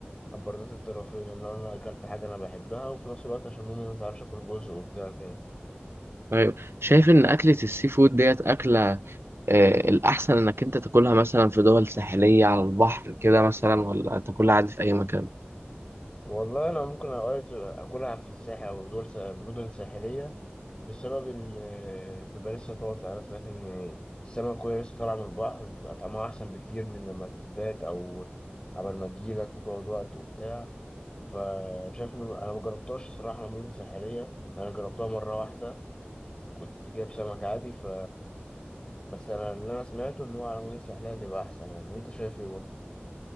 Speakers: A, on the left (about 25°); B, on the right (about 75°).
A: برضه الطرفين ان يعني لو انا اكلت حاجه انا بحبها وفي نفس الوقت عشان ماما ما تزعلش اكل جزء وبتاع كده
B: طيب شايف ان اكلة السي فود ديت اكلة آه، الاحسن انك انت تاكلها مثلا في دول ساحلية على البحر كده مثلا ولا تاكلها عادي في اي مكان
A: والله انا ممكن اوقات اكلها في الساحل او دول سا- مدن ساحليه بسبب ان آه، بيبقى لسه طازه يعني انا سمعت ان السمك وهي لسه طالعه من البحر بيبقى طعمها احسن بكتير من لما تبات او قبل ما تجيلك وتقعد وقت وبتاع فشايف ان انا مجربتهاش الصراحه مدن ساحليه يعني انا جربتها مره واحده كنت جايب سمك عادي ف بس انا اللي انا سمعته ان هو على مدن ساحليه تبقى احسن يعني انت شايف ايه برضه؟